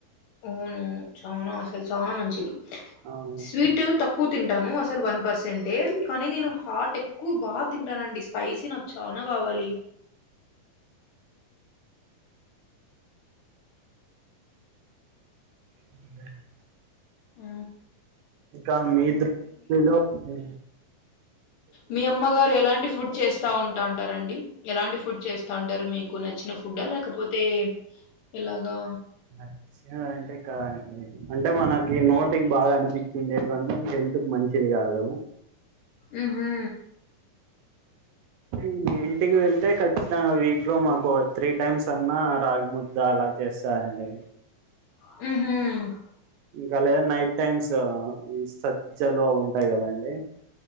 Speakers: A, on the left (about 70°); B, on the right (about 80°).
A: అవునవును చానా అసలు చానా మంచిది.
B: అవునండి
A: స్వీట్ తక్కు తింటాను అసలు వన్ పర్సంటే కానీ నేను హాట్ ఎ కు బా తింటానండి స్పైసీ నాకు చానా కావాలి
B: అ
A: ఉ
B: ఇంకా మీ దృష్టిలో అండి
A: మీ అమ్మ గారు ఎలాంటి ఫుడ్ చేస్ త ఉంటా అంటారు అండి ఎలాంటి ఫుడ్ చేస్తా ఉంటారు మీకు నచ్చిన ఫుడ్ ఆ లేకపోతే ఇలాగా
B: నచ్చినది అంటే కాదండి అంటే మనకి నోటికి బాగా అనిపించినేటివి అనీ హెల్త్ కు మంచిది కాదు
A: ఉహూ
B: ఉ ఇంటికి వెళ్తే ఖచ్చితంగా వీక్ లో మాకు త్రీ టైమ్స్ అన్నా రాగీముద్ద అలా చేస్తారండి
A: ఉహు
B: ఇంకా లేదా నైట్ టైమ్స్ ఈ సజ్జలు అవు ఉంటాయి కదండి